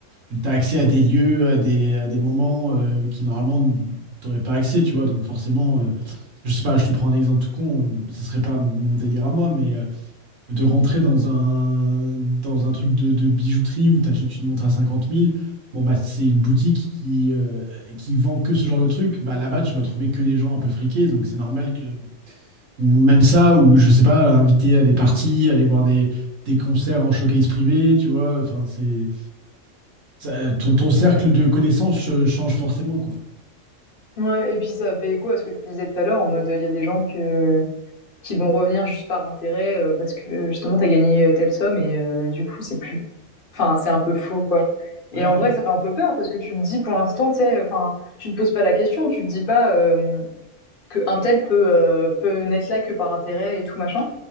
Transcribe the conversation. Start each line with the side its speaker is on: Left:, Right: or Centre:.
Right: Tu as accès à des lieux, à des, à des moments euh, qui normalement t'aurais pas accès, tu vois. Donc forcément, euh, je sais pas, je te prends un exemple tout con, ce serait pas mon délire à moi, mais euh, de rentrer dans un dans un truc de, de bijouterie où tu achètes une montre à cinquante mille. bon bah c'est une boutique qui, euh, qui vend que ce genre de truc. Bah là-bas, tu vas trouver que des gens un peu friqués, donc c'est normal que ou même ça, ou je sais pas, inviter à des parties, aller voir des, des concerts en showcase privé, tu vois. Enfin, c'est ça- ton, ton cercle de connaissances euh, change forcément, quoi.
Left: ouais, et puis ça fait écho à ce que tu disais tout à l'heure en mode il y a des gens que qui vont revenir juste par intérêt euh, parce que euh, justement t'as gagné euh, telle somme et euh, du coup c'est plus Enfin, c'est un peu faux, quoi. Et
Right: Ouais,
Left: en
Right: ouais.
Left: vrai, ça fait un peu peur parce que tu te dis pour l'instant, tu sais, enfin, tu te poses pas la question, tu te dis pas. euh, qu'un tel peut, euh, peut n'être là que par intérêt et tout machin.